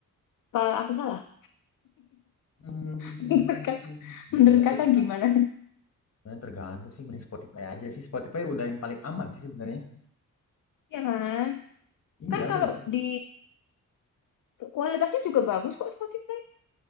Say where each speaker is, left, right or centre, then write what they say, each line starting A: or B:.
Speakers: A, on the left; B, on the left.
A: Apa aku salah? <laughs>
B: Hmm,
A: Menurut kata, menurut
B: sebenarnya
A: kakak
B: itu terga-
A: gimana?
B: sebenarnya tergantung sih mending Spotify aja sih. Spotify udah yang paling aman sih sebenarnya.
A: Ya kan?
B: Iya
A: Kan kalau
B: bener.
A: di kualitasnya juga bagus kok Spotify.